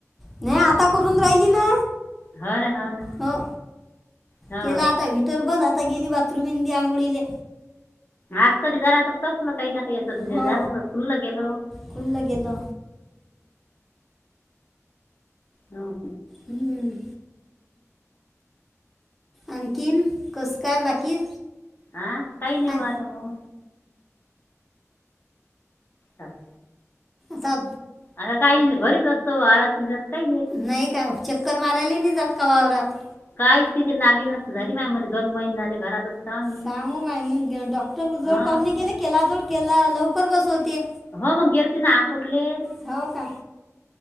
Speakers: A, in the centre; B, on the left.
A: नाही आता करून राहिली ना
B: हो ना ना
A: हो
B: हा
A: केला आता व्हटर बन आता आता गेली बाथरूमी आंघोळीले
B: आज तरी जरा अस तपलं काही न हे संज
A: हो
B: चांगलं खुल्लं गेलं
A: खुल्लं गेलं
B: हम
A: हम्म आणखन कस काय बाकी
B: हा काही नाही
A: आ-
B: वात म हच्
A: ता
B: आता काय नाही मी घरीच असतो आारात निघत काही
A: नाही का चक्कर मारायला नाही जात का वावरात
B: काही स्थिती नाहीगी नस झाली माय म्ह दन महिन झाली घरात असतो आम्ही
A: सांगू माय मग डॉक्टर जोड
B: हा
A: का के केला जोळ केला लवकर बसवते
B: हो मग गेलती ना आकोटलेस
A: हो काय